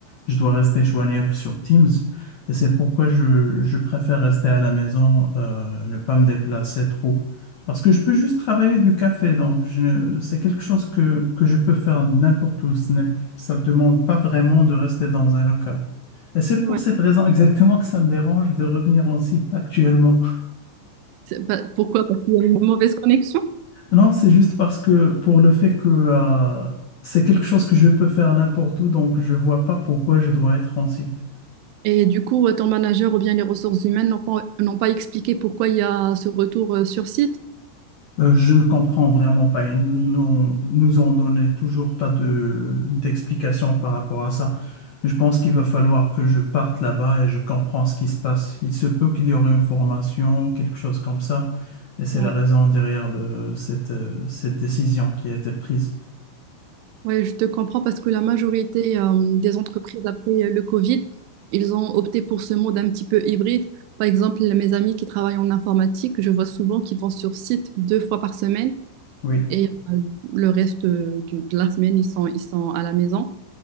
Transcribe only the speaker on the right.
Ouais.
C'est- bah, pourquoi? Parce qu'il y a une mauvaise connexion?
Et du coup, euh, ton manager ou bien les ressources humaines n'ont pas, n'ont pas expliqué pourquoi il y a ce retour euh, sur site.
Ouais.
Ouais, je te comprends parce que la majorité euh, des entreprises après euh, le Covid, ils ont opté pour ce mode un petit peu hybride. Par exemple, mes amis qui travaillent en informatique, je vois souvent qu'ils vont sur site deux fois par semaine
et euh, le reste euh, du- de la semaine, ils sont, ils sont à la maison.